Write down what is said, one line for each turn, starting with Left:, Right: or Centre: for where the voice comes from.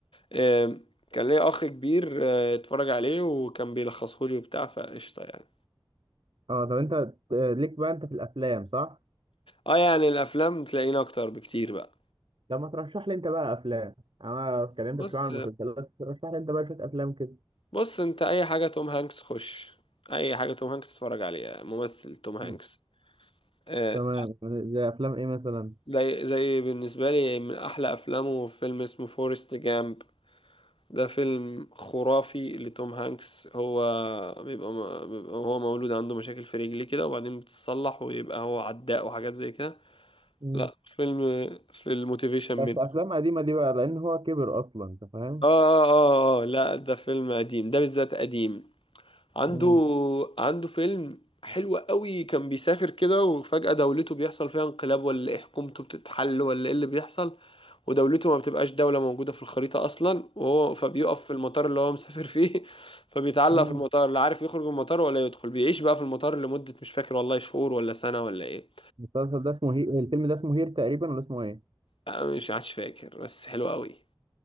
Left: آم، كان ليا اخ كبير آه، اتفرج عليه وكان بيلخصه لي وبتاع فقشطه يعني
Right: اه طب أنت آه، ليك بقى أنت في الأفلام صح؟
Left: اه يعني الافلام تلاقينا اكتر بكتير بقى
Right: طب ما ترشح لي انت بقى افلام انا اتكلمت
Left: بص
Right: شويه عن المسلسلات ترشح لي انت بقى شويه افلام كده
Left: بص انت اي حاجه توم هانكس خش اي حاجه توم هانكس اتفرج عليها ممثل توم هانكس
Right: مم.
Left: آه،
Right: تمام زي افلام ايه مثلا
Left: زي زي بالنسبه لي من احلى افلامه فيلم اسمه فورست جامب ده فيلم خرافي لتوم هانكس هو بيبقى, م... بيبقى هو مولود عنده مشاكل في رجليه كده وبعدين بتتصلح ويبقى هو عداء وحاجات زي كده
Right: مم.
Left: لا فيلم في الموتيفيشن من
Right: بس افلام قديمه دي بقى لان هو كبر اصلا انت فاهم
Left: آه, آه, اه اه لا ده فيلم قديم ده بالذات قديم عنده
Right: مم.
Left: عنده فيلم حلو قوي كان بيسافر كده وفجأة دولته بيحصل فيها انقلاب ولا ايه حكومته بتتحل ولا ايه اللي بيحصل ودولته ما بتبقاش دولة موجودة في الخريطة أصلا وهو فبيقف في المطار اللي هو مسافر فيه <laughs> فبيتعلق
Right: مم.
Left: في المطار لا عارف يخرج من المطار ولا يدخل بيعيش بقى في المطار لمدة مش فاكر والله شهور ولا سنة ولا إيه
Right: المسلسل ده اسمه هي... الفيلم ده اسمه هير تقريبا ولا اسمه ايه
Left: أنا مش عادش فاكر بس حلو قوي